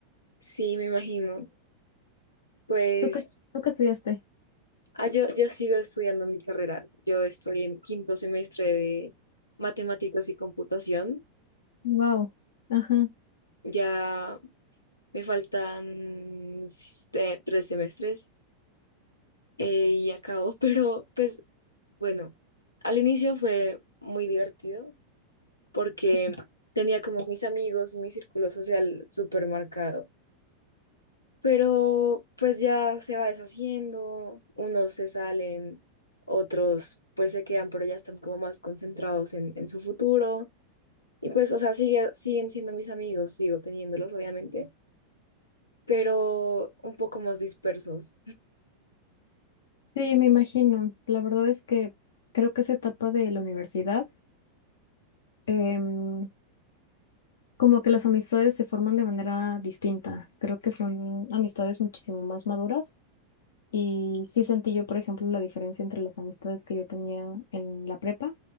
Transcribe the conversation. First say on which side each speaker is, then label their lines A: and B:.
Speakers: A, on the left; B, on the left.
A: sí, me imagino. Pues
B: ¿Tú qué, tú qué estudiaste?
A: ah, yo, yo sigo estudiando mi carrera. Yo estoy en quinto semestre de matemáticas y computación.
B: Wow. Ajá.
A: Ya me faltan s- eh, tres semestres eh, y acabo, <laughs> pero pues bueno, al inicio fue muy divertido porque
B: Sí.
A: tenía como mis amigos y mi círculo social súper marcado. Pero pues ya se va deshaciendo, unos se salen, otros pues se quedan, pero ya están como más concentrados en, en su futuro. Y pues, o sea, sigue, siguen siendo mis amigos, sigo teniéndolos, obviamente, pero un poco más dispersos.
B: Sí, me imagino. La verdad es que creo que esa etapa de la universidad, em, como que las amistades se forman de manera distinta. Creo que son amistades muchísimo más maduras Y sí sentí yo, por ejemplo, la diferencia entre las amistades que yo tenía en la prepa,